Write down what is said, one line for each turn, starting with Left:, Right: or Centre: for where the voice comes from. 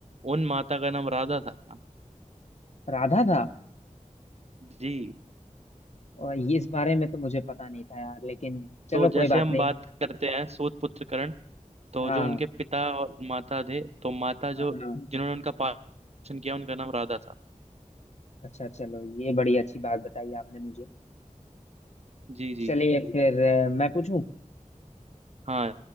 Right: उन माता का नाम राधा था
Left: राधा था
Right: जी
Left: और ये इस बारे में तो मुझे पता नहीं था यार लेकिन चलो
Right: तो जैसे
Left: कोई बात
Right: हम
Left: नहीं
Right: बात करते हैं सूत पुत्र करण तो
Left: हाँ
Right: जो उनके पिता और माता थे तो माता जो
Left: हाँ हाँ
Right: जिन्होंने उनका पालन पोषण किया उनका नाम राधा था
Left: अच्छा चलो ये बड़ी अच्छी बात बताई आपने मुझे
Right: जी जी
Left: चलिए फिर अ, मैं पूछूं
Right: हाँ